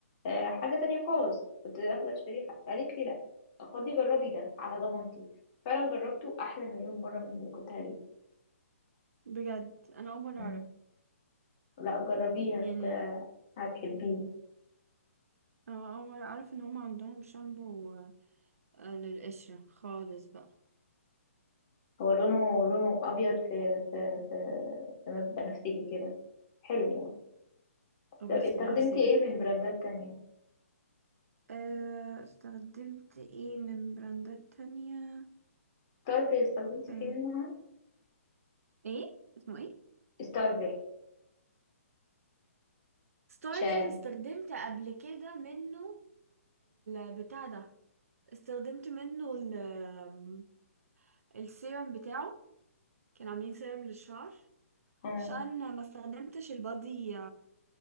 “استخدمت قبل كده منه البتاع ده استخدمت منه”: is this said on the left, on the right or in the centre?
Right